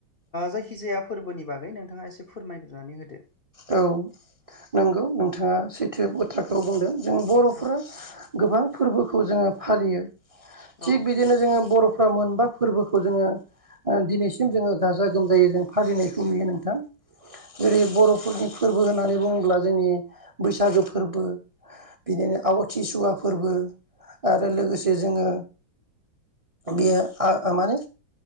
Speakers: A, on the left; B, on the right.
A: जायखिजाया फोरबोनि बागै नोंथाङा एसे फोरमायग्रोनानै होदो
B: औ नंगौ नोंथाङा सैथो बाथ्राखौ बुंदों जों बर'फोरा
A: औ
B: गोबां फोरबोखौ जोङो फालियो थिग
A: औ
B: बिदिनो जोङो बर'फ्रा मोनबा फोरबोखौ जोङो दिनैसिम जोङो गाजा गोमजायै जों फालिनायखौ नुयो नोंथां जेरै बर'फोरनि फोरबो होननानै बुङोब्ला जोंनि बैसागो फोरबो बिदिनो आवाथि सुवा फोरबो आरो लोगोसे जोङो बेयो माने